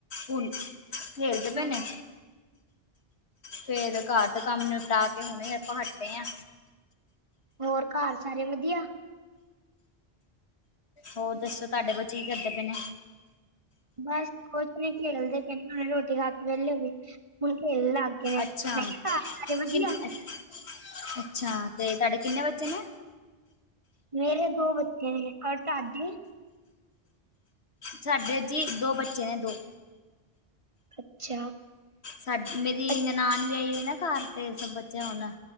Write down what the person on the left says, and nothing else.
ਬੱਚੇ ਖੇਲਦੇ
ਪਏ ਨੇ, ਫੇਰ ਘਰ ਦੇ ਕੰਮ ਨਿਪਟਾ ਕੇ ਹੁਣੇ ਆਪ ਆਪਾਂ ਹੱਟੇ ਆ।
ਹੋਰ ਦੱਸੋ ਤੁਹਾਡੇ ਬੱਚੇ ਕਰਦੇ ਪਏ ਨੇ?
ਅੱਛਾ
ਕਿੰਨ ਅ- ਅੱਛਾ ਤੇ ਤੁਹਾਡੇ ਕਿੰਨੇ ਬੱਚੇ ਨੇ?
ਸਾਡੇ ਜੀ ਦੋ ਬੱਚੇ ਨੇ ਦੋ,
ਸਾ ਮੇਰੀ
ਨਨਾਾਨ ਲਿਆਈ ਹੋਈ ਨਾ ਘਰ ਤੇ ਸ ਬੱਚੇ ਹੁਣ,